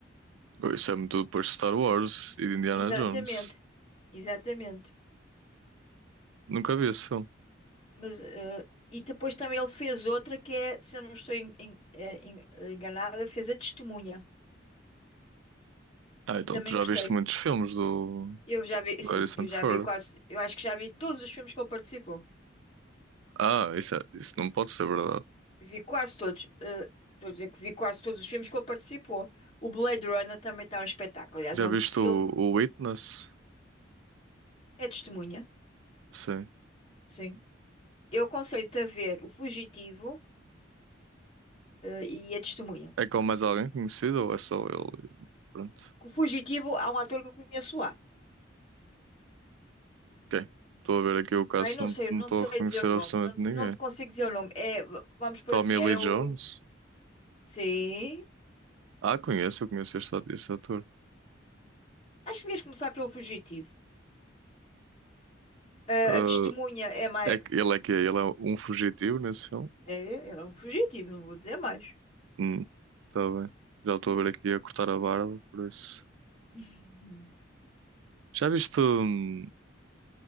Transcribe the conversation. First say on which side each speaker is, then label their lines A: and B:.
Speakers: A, on the right (about 70°); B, on the left (about 30°).
A: Oh, Isso é muito depois de Star Wars e de Indiana
B: Exatamente.
A: Jones.
B: Exatamente.
A: Nunca vi esse filme.
B: Mas, eh, e depois também ele fez outra que é, se eu não estou en- en- eh, en- enganada, fez A Testemunha.
A: Ah, então
B: E também
A: tu já
B: gostei.
A: viste muitos filmes do,
B: Eu já vi,
A: do
B: sim,
A: Harrison
B: eu já
A: Ford.
B: vi quase, eu acho que já vi todos os filmes que ele participou.
A: Ah, isso, é- isso não pode ser verdade.
B: Vi quase todos. eh, Estou a dizer que vi quase todos os filmes que ele participou. O Blade Runner também está um espetáculo. Aliás,
A: Já
B: é
A: viste
B: um filme,
A: o, o Witness?
B: é testemunha,
A: Sim.
B: sim. Eu aconselho-te a ver O Fugitivo, eh, e a Testemunha.
A: É com mais alguém conhecido ou é só ele? Pronto.
B: O Fugitivo, há um ator que eu conheço lá.
A: Ok. Estou a ver aqui o caso,
B: Ai, não
A: não
B: sei,
A: não
B: não
A: estou
B: sei
A: a reconhecer
B: dizer o nome.
A: absolutamente
B: Não, te-
A: ninguém.
B: não te consigo dizer o nome. É, v- vamos por
A: Tommy
B: assim,
A: Lee
B: era
A: Jones?
B: o. Sim.
A: Ah, conheço, eu conheço este, ato- este ator.
B: Acho que devias começar pelo Fugitivo. Eh,
A: Ah,
B: a Testemunha é mais.
A: é, que- ele é que é, Ele é um fugitivo nesse filme?
B: É, ele é um fugitivo, não vou dizer mais. <laughs>
A: Hum, tá bem. Já estou a ver aqui a cortar a barba, por isso.
B: Uhum.
A: Já viste, hum,